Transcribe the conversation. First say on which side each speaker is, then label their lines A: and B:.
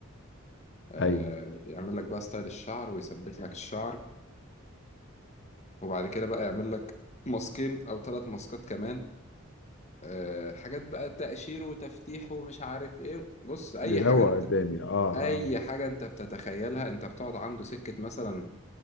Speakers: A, on the left (about 35°); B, on the left (about 60°).
A: آه،
B: أيوه
A: يعمل لك بقى ستايل الشعر ويثبت لك الشعر وبعد كده بقى يعمل لك ماسكين او ثلاث ماسكات كمان آه، حاجات بقى تقشير وتفتيح ومش عارف ايه بص اي
B: بيروق
A: حاجة انت
B: الدنيا أه
A: اي
B: أه
A: حاجة انت بتتخيلها انت بتقعد عنده سكة مثلا